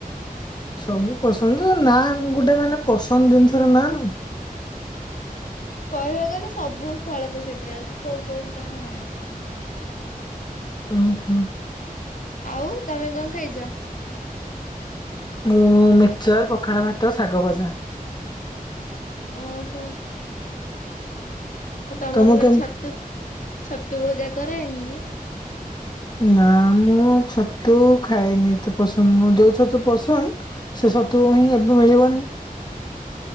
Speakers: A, on the left; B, on the left.
A: ସବୁ ପସନ୍ଦ ନାଁ ଗୋଟେ ମାନେ ପସନ୍ଦ ଜିନିଷର ନାଁ ନାହିଁ।
B: କହିବାକୁ ଗଲେ ସବୁ ଫଳ ତ ସେଥିରେ ଅଛି କୋଉ କୋଉଟା ନା ନେ ବି।
A: ଉହୁଁ।
B: ଆଉ ତମେ କଣ ଖାଇଛ।
A: ମୁଁ ମିକ୍ଚର ପଖାଳ ଭାତ ଶାଗ ଭଜା।
B: ଓହୋ। ଆଉ ତମର
A: ତମକୁ
B: କଣ
A: କେମ
B: ଛତୁ ଛତୁ ପୂଜା କରାଏନି କି?
A: ନା ମୁଁ ଛତୁ ଖଏନି ଏତେ ପସନ୍ଦ ମୁ ଯୋଉ ଛତୁ ପସନ୍ଦ ସେ ସତୁ ହିଁ ଏବେ ମିଳିବନି।